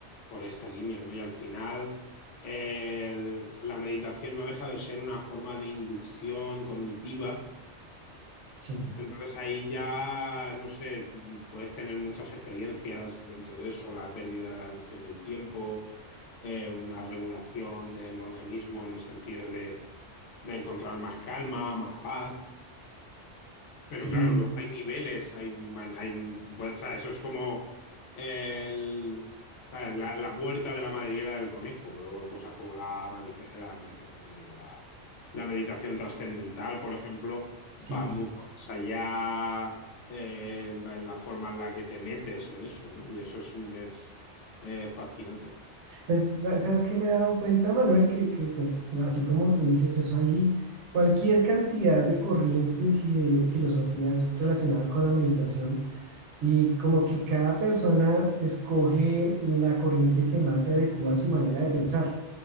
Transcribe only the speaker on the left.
por esta línea, ¿no? Y al final eh, la meditación no deja de ser una forma de inducción cognitiva.
Entonces ahí ya, no sé, puedes tener muchas experiencias dentro de eso, la pérdida de la noción del tiempo, eh, una regulación del organismo en el sentido de, de encontrar más calma, más paz.
Pero claro, luego hay niveles, hay, man- hay- tú puedes- o sea, eso es como el, ¿sabes? La, la puerta de la madriguera del conejo, luego cosas como la, manife- la manifestación, digo, la, la meditación trascendental, por ejemplo,
va mucho más allá eh, en, en la forma en la que te metes en eso, ¿no? Y eso es, un- es eh, fascinante.